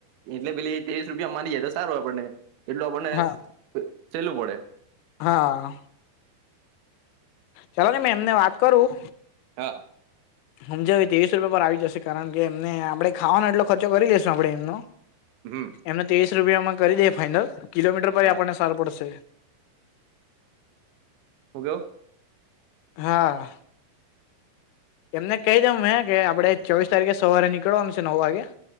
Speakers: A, on the right (about 90°); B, on the left (about 85°).
A: એટલે પેલી તવીસ રૂપ મારી યા તો સારું આપણને એટલું આપણને
B: હા
A: સહેલું પડે
B: હા ચાલો ને મે એમને વાત કરું.
A: હા
B: સમજાવ ત્રેવીસ રૂપિયા પર આવી જશે કારણ કે એમને આપણે ખાવાનો એટલો ખર્ચો કરી લેશું આપણે એમનો
A: હમ
B: એમને ત્રેવીસ રૂપિયામાં કરી દે ફાાઈનલ કિલોમીટર પર
A: હા
B: આપણને સારું પડશે
A: હ કયો?
B: હા. એમને કહી દઉં હે કે આપડે ચોવીસ તારીખે સવારે નીકળવામશે નવ વાગે.